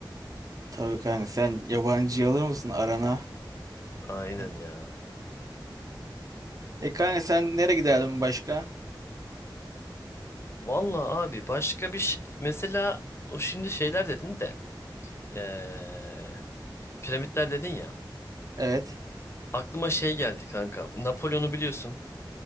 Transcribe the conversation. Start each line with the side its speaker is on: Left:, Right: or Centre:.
Right: Tabii kanka sen yabancıyı alır mısın arana?
Left: Aynen
Right: Ya.
Left: ya.
Right: E kanka sen nereye giderdin başka?
Left: Vallahi abi başka bir şey. Mesela o şimdi şeyler dedin de. eee, piramitler dedin ya.
Right: Evet.
Left: Aklıma şey geldi kanka. Napolyon'u biliyorsun.